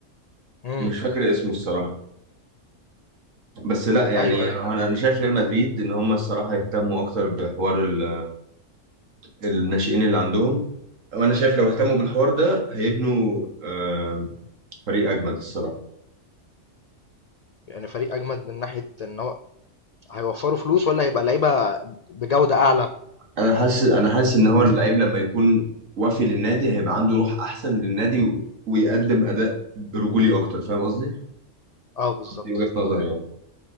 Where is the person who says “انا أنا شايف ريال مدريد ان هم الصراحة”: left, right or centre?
Right